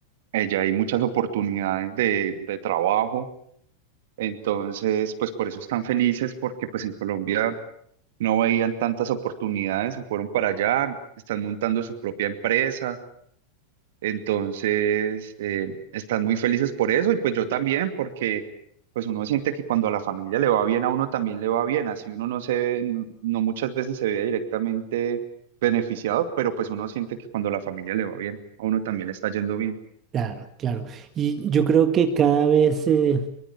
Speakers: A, on the right (about 55°); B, on the right (about 25°).
A: ella hay muchas oportunidades de, de trabajo, entonces, pues por eso están felices, porque pues en Colombia no veían tantas oportunidades, se fueron para allá, están montando su propia empresa, entonces eh, están muy felices por eso y pues yo también, porque pues uno siente que cuando a la familia le va bien, a uno también le va bien, así uno no se ve, no no muchas veces se ve directamente beneficiado, pero pues uno siente que cuando a la familia le va bien, a uno también le está yendo bien.
B: Claro, claro. Y yo creo que cada vez eh,